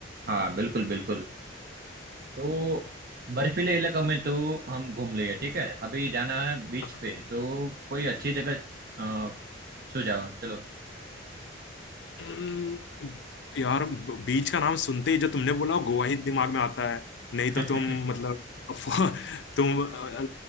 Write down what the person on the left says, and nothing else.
तो
हम्म, यार बीच का नाम सुनते ही जो तुमने बोला गोवा ही दिमाग में आता है नहीं तो
तुम मतलब <laughs> अफ- तुम अ, अ,